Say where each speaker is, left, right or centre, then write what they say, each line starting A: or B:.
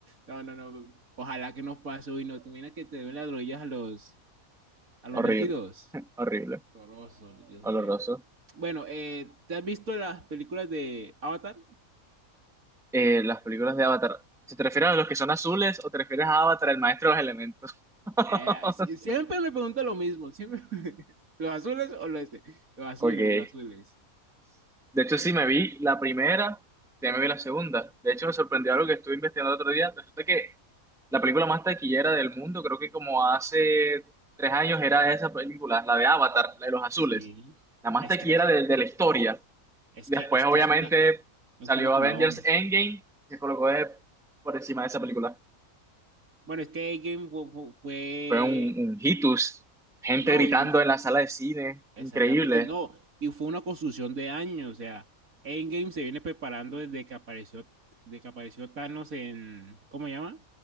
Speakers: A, on the right; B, in the centre.
A: no, no, no, no. Ojalá que nos pase hoy, no, te imaginas que te den las rodillas a los, a los
B: Horrible,
A: 22.
B: horrible,
A: Horroroso, Dios
B: oloroso.
A: mío. Bueno, eh, ¿te has visto las películas de Avatar?
B: Eh, las películas de Avatar, ¿se te refieres a los que son azules o te refieres a Avatar, el maestro de los elementos? <laughs>
A: Eh, si- siempre me pregunta lo mismo, siempre, <laughs> ¿los azules o los este? Los azules,
B: Ok.
A: los azules.
B: De hecho, sí me vi la primera, ya me vi la segunda. De hecho, me sorprendió algo que estuve investigando el otro día. Resulta que la película más taquillera del mundo, creo que como hace tres años era esa película, la de Avatar, la de los azules.
A: Sí,
B: La más
A: es
B: taquillera
A: que,
B: de, de la historia.
A: es
B: Después,
A: que, es que
B: obviamente,
A: es una, un
B: salió
A: peliculón.
B: Avengers Endgame y se colocó de- por encima de esa película.
A: Bueno, es que Game fue,
B: Fue un, un hitus. Gente
A: No,
B: gritando
A: y fu-
B: en la sala de cine.
A: exactamente,
B: Increíble.
A: y no, y fue una construcción de años, o sea, Endgame se viene preparando desde que apareció, desde que apareció Thanos en, ¿cómo se llama?